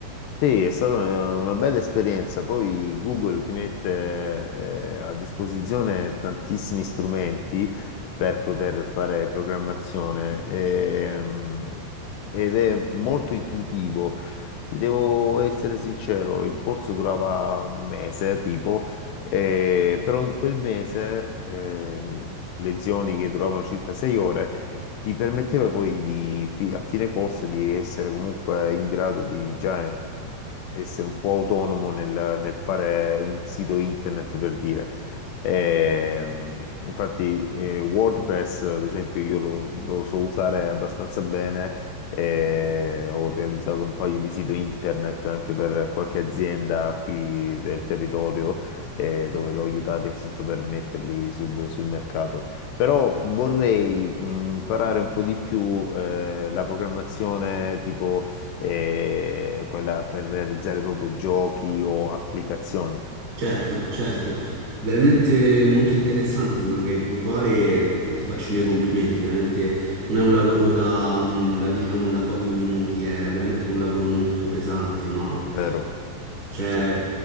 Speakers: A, on the left; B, on the right.
A: Sì, è stata una una bella esperienza. Poi Google ti mette eh, a disposizione tantissimi strumenti per poter fare programmazione ehm, ed è molto intuitivo. Ti devo essere sincero, il corso durava un mese, tipo, eh, però in quel mese, ehm, lezioni che duravano circa sei ore, ti permetteva poi di, fi- a fine corso di essere comunque in grado di già eh, essere un po' autonomo nel, nel fare un sito internet per dire. Ehm, infatti, eh, WordPress, ad esempio, io lo, lo so usare abbastanza bene. e ho realizzato un paio di siti internet anche per qualche azienda qui del territorio eh, dove l'ho aiutati appunto per metterli sul sul mercato. Però vorrei mh, imparare un po' di più eh, la programmazione tipo eh, quella per realizzare proprio giochi o applicazioni,
B: Certo, certo, veramente molto interessante quello che hai dovuto fare, ti faccio i miei complimenti, veramente non è un lavoro da, mm, da, diciamo da pochi minuti, è veramente un lavoro molto pesante, ma
A: vero?
B: c'è
A: Sì.